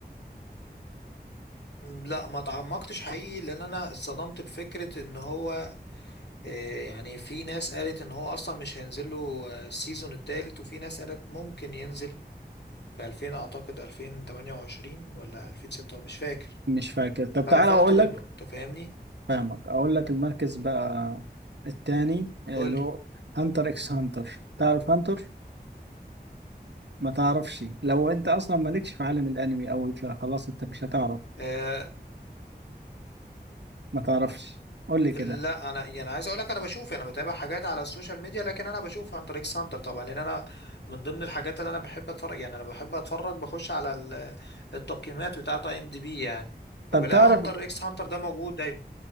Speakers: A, on the left; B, on the right.
A: م، لا ما تعمقتش حقيقي لان انا اتصدمت بفكرة ان هو آه، يعني في ناس قالت ان هو اصلا مش هينزل له آه، السيزون التالت وفي ناس قالت ممكن ينزل في 2000 اعتقد 2028 ولا 2006 مش فاكر
B: مش فاكر طب
A: فقفلت
B: تعالى اقول
A: منه
B: لك
A: انت فاهمني
B: فاهمك اقول لك المركز بقى التاني اللي
A: قول
B: هو هانتر اكس هانتر تعرف هانتر ما تعرفش لو انت اصلا مالكش في عالم الانمي او فخلاص انت مش هتعرف
A: لي
B: ما تعرفش قول لي كده
A: لا انا يعني عايز اقول لك انا بشوف يعني انا بتابع حاجات على السوشيال ميديا لكن انا بشوف عن طريق ساندر طبعا لان انا من ضمن الحاجات اللي انا بحب اتفرج يعني انا بحب اتفرج بخش على ال- التقييمات بتاعه اي ام دي بي يعني
B: طب
A: فبلاقي
B: تعرف
A: هانتر اكس هانتر ده موجود دايما